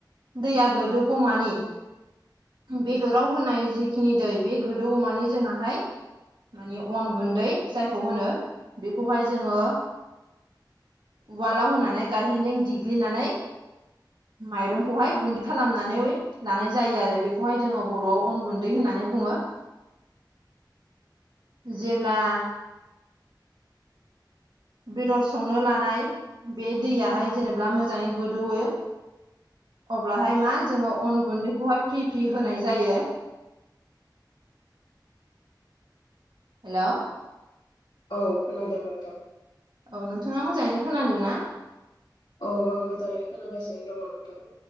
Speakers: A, on the right (about 70°); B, on the left (about 80°).
A: दैया गोदौगौमानि बेदराव होनाय जिखिनि दै बे गोदौमानि जोंनाहाय माने अन गुन्दै जायखौ होनो, बेखौहाय जोङो उवालाव होनानै गायहेनजों देग्लिनानै माइरंखौहाय गुन्दै खालामनानै लानाय जायो आरो बे खौहाय जोङो बर'आव अन गुन्दै होननानै बुङो। जेब्ला बेदर संनो लानाय बे दैयाहाय जेनेबा मोजाङै गोदौवो अब्लाहाय मा जोङो अन गुन्दैखौहाय फ्रि फ्रि होनाय जायो। हेल'?
B: औ खोनादों नोंथां।
A: औ नोंथाङा मोजाङैनो खोनादों ना?
B: औ आं मोजांङैनो खोनागासिनो दंङ नोंथां